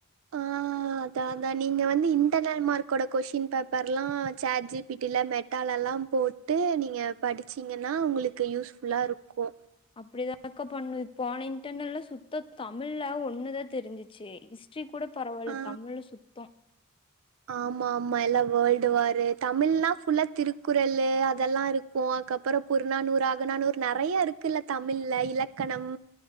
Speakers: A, on the right; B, on the left.
A: ஆஹ் அதான நீங்க வந்து இன்டர்னல் மார்க்கோட கொஷின் பேப்பர்லா சேட் ஜி பி டி ல மெட்டாலலா போட்டு நீங்க படிச்சீங்கனா உங்களுக்கு யூஸ்ஃபுல்லா இருக்கு
B: அப்டிதாக்கா பண்ணுவே போன இன்டர்நெல்ல சுத்த தமிழ்னா என்னனே தெரிஞ்சிச்சு ச்சி கூட பரவால்ல
A: ஆ
B: தமிழ்ல சுத் த்த
A: ஆமா ஆமா எல்லா வேல்ட் டுவரு தமிழ்னா ஃபுல்ல திருக்குறளு அதெல்லா ‌இருக்கு அதுக்கப்பற புறநானூறு அகநானூறு நெறையா இருக்குல்ல தமிழ்ல இலக்கணம்